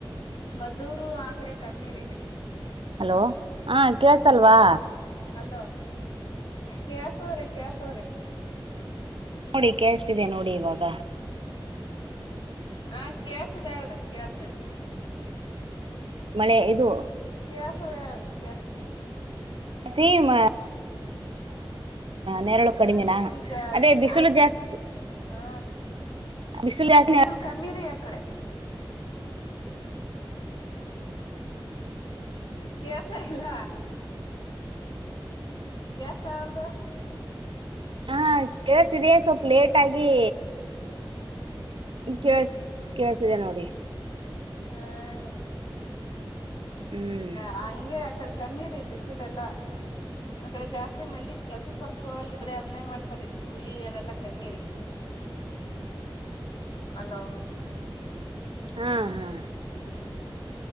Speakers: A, on the left (about 60°); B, on the right (about 75°).
A: ಮದ್ದೂರು ಆ ಕಡೆ ಕಮ್ಮಿ ರೀ
B: ಹಲೋ ಹಾ ಕೇಳಸ್ತಲ್ವಾ
A: ಅಲ್ಲೋ ಕಳ್ಸದ್ರಿ ಕೇಳ್ಸದ್ರಿ
B: ನೋಡಿ ಕೇಳ್ಸ್ತಿದೆ ನೋಡಿ ಇವಾಗ
A: ಆ ಕೇಳ್ಸದ ಹೇಳರಿ ಕೇೇಳಸತೈತಿ
B: ಮಳೆ ಇದು
A: ಕಸ ಯ ಕಸ
B: ಅಸ್ತಿ ಮ ನೆರಳು
A: ಹಾ
B: ಕಡಿಮೆಿನ
A: ಬಿಸಿಲ್ ಜಾಸ್ತಿ
B: ಅದೇ ಬಿಸಿಲು
A: ಅಲ್
B: ಜಾಸ್ತಿ
A: ಹಾ
B: ಬಿಸಿಲು ಜಾಸ್ತಿ
A: ಬಿಸಿಲ್ ಕಮ್ಮಿರಿ ಯ ಕಡೆ ಕೆಸ ಇಲ್ಲ ಕಸ್ ವಲ್ದು
B: ಹಾ ಕೆಲಸ ಇದೆ ಸ್ವಲ್ಪ ಲೇಟ್ ಆಗಿ
A: ಹ್ಮ್
B: ಕೇ ಕೇಳ್ಸಿದೆ ನೋಡಿ
A: ಹಾ ಹ
B: ಹ್ಮ್
A: ಹಂಗಗೆ ಆಕಡೆ ಕಮ್ಮಿ ರೀ ಬಿಸಿಲೆಲ್ಲಾ ಆ ಕಡೆ ಜಾಸ್ತಿ ಮಂದಿ ಕೆಲ್ಸಕ್ ಪಲ್ಸ್ಕ ಹೋಗಲ್ರಿ ಬ್ರಿ ಅದನ್ನೇ ಮಾಡ್ತಾರಿ ಕೂಲಿ ಅದೆಲ್ಲಾ ಕಮ್ಮಿ ರರಿ ಅಲೋ
B: ಹಾ ಹಾ
A: ಹ್ಮ್